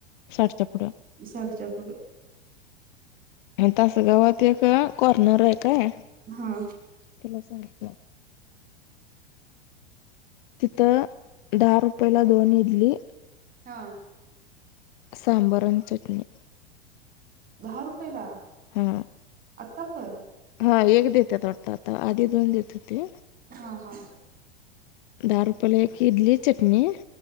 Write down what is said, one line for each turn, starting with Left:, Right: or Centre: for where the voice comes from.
Left: साठच्या पुढं.
Right: साठच्या पुढं.
Left: तासगावात एक कॉर्नर आहे काय?
Right: हा.
Left: तिला सांगितलं. तिथं दहा रुपयला दोन इडली
Right: हा.
Left: सांबार आणि चटणी.
Right: दहा रुपयेला.
Left: हा
Right: आता पण
Left: हा एक देत्यात वाटतं आता आधी दोन देत हुती.
Right: ह हा.
Left: दहा रुपयला एक इडली चटणी